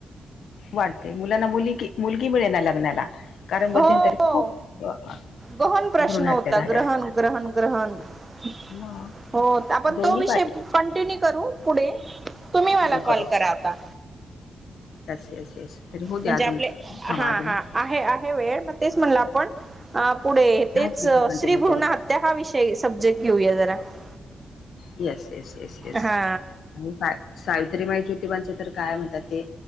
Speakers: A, on the left (about 75°); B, on the right (about 20°).
A: वाटते मुलांना मुली मुलगी मिळे ना लग्नाला कारण मध्यंतरी
B: हो.
A: खूप <unintelligible>
B: गहन प्रश्न
A: भ्रूण हत्या
B: होता
A: झाल्या
B: ग्रहण ग्रहण ग्रहण <unintelligible>
A: मग
B: हो आपण
A: दोन्ही
B: तो विषय
A: बाजू
B: कंटिन्यू करू पुढे <unintelligible>
A: तन
B: कॉल
A: करो
B: करा आता.
A: असस यस यस <unintelligible> तरी हो
B: म्हणजे
A: द्या अजून
B: आपले
A: थांवा
B: हा
A: अजून
B: हा
A: <unintelligible>
B: आहे आहे वेळ मग तेच म्हणलं आपण पुढे तेच
A: हाच विचार कंटिन्यू
B: श्री भ्रूण
A: करू
B: हत्या हा विषय सब्जेक्ट घेऊया जरा <unintelligible>
A: येस येस येस येस
B: हा
A: आणि सा सावित्रीमाई ज्योतिबांच तर काय म्हणतात ते